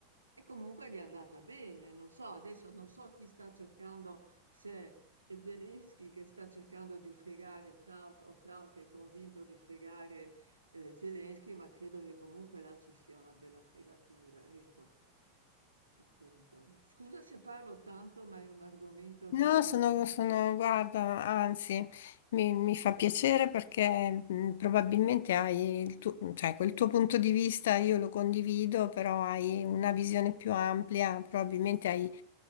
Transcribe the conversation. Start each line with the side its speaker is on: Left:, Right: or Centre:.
Right: e comunque gli è andata bene. Non so, adesso non so chi sta cercando, se è Zelensky che sta cercando di fregare Trump o Trump che è convinto di fregare eh, Zelensky, ma credo che comunque là ci sia una bella fregatura, ecco, appunto. Scusa se parlo tanto, ma è un argomento che
Left: No,
Right: mi...
Left: sono, sono- guarda, anzi, mi, mi fa piacere perché mh, probabilmente hai il tuo, cioè, quel tuo punto di vista, io lo condivido, però hai una visione più ampia, probabilmente hai